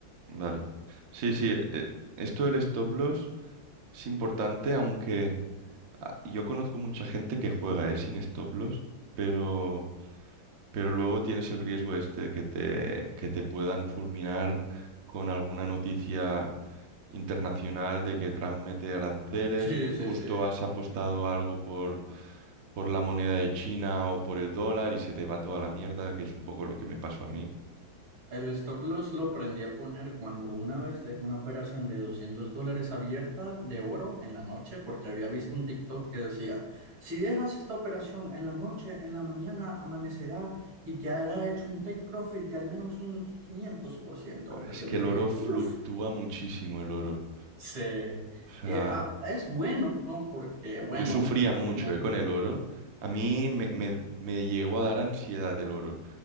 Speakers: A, on the right; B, on the right.
A: Vale. Sí, sí. eh, esto del stop loss es importante, aunque ah, yo conozco mucha gente que juega, eh, sin stop loss, pero, pero luego tienes el riesgo este que te, que te puedan fulminar con alguna noticia internacional de que Trump mete aranceles.
B: Sí,
A: Ju-
B: sí,
A: Justo
B: sí.
A: has apostado algo por, por la moneda de China o por el dólar y se te va toda la mierda, que es un poco lo que me pasó a mí.
B: El stop loss lo aprendí a poner cuando una vez dejé una operación de 200 dólares abierta de oro en la noche porque había visto un TikTok que decía, si dejas esta operación en la noche, en la mañana amanecerá y te hará hecho un take profit de al menos un quinientos por ciento
A: Buah,
B: Entonces
A: es que
B: yo
A: el
B: dije,
A: oro fluctúa
B: uff,
A: muchísimo el oro.
B: se...
A: O sea.
B: eh, ah, es bueno, ¿no? Porque bueno,
A: Yo sufría mucho,
B: al final...
A: eh,
B: del-
A: con el oro. A mí me, me- me llegó a dar ansiedad el oro.